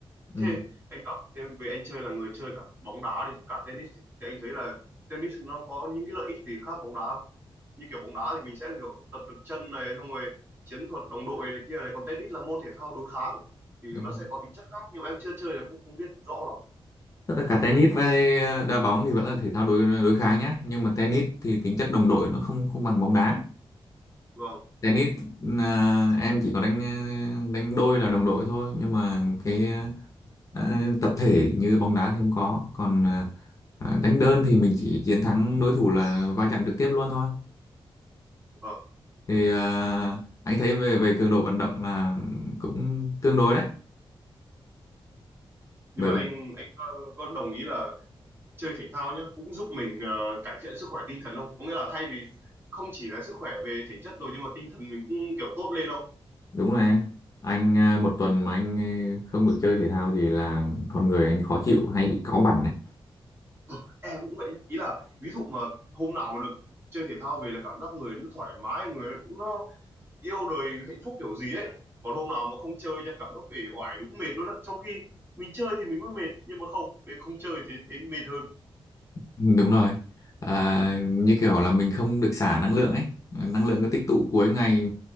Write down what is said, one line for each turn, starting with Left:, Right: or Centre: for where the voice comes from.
Left: Ừ,
Right: thế anh cảm thế về anh chơi là người chơi cả bóng đá đi cả tennis đi. thì anh thấy là tennis nó có những cái lợi ích gì khác bóng đá không như kiểu bóng đá thì mình sẽ kiểu tập được chân này xong rồi chiến thuật đồng đội này kia này còn tennis là môn thể thao đối kháng thì
Left: đúng
Right: nó
Left: không
Right: sẽ có tính chất khác nhưng mà em chưa chơi nên em cũng không biết rõ lắm
Left: tất cả tennis với ờ, đá bóng thì vẫn là thể thao đối đối kháng nhá nhưng mà tennis thì tính chất đồng đội nó không không bằng bóng đá
Right: vâng
Left: tennis à, em chỉ có đánh ờ, đánh đôi là đồng đội thôi nhưng mà cái ờ, Đã- tập thể như bóng đá thì không có còn à, à, đánh đơn thì mình chỉ chiến thắng đối thủ là va chạm trực tiếp luôn thôi
Right: vâng
Left: thì à, anh thấy về về cường độ vận động là cũng tương đối đấy
Right: nhưng
Left: bởi
Right: mà
Left: vì
Right: anh anh ờ, có đồng ý là chơi thể thao nhá cũng giúp mình ờ, cải thiện sức khỏe tinh thần không có nghĩa là thay vì không chỉ là sức khỏe về thể chất rồi nhưng mà tinh thần mình cũng kiểu tốt lên không
Left: đúng là em anh à, một tuần mà anh không được chơi thể thao thì là con người anh khó chịu hay bị cáu bẳn đấy
Right: Ờ, em cũng vậy nhá. ý là ví dụ mà hôm nào mà được chơi thể thao về là cảm giác người nó thoải mái người nó yêu đời hạnh phúc kiểu gì ấy còn hôm nào mà không chơi nha cảm giác uể oải đúng mệt luôn á trong khi mình chơi thì mình mới mệt nhưng mà không để không chơi thì thấy mệt hơn
Left: Đúng rồi. À, như kiểu là mình không được xả năng lượng ấy. Năng lượng cứ tích tụ cuối ngày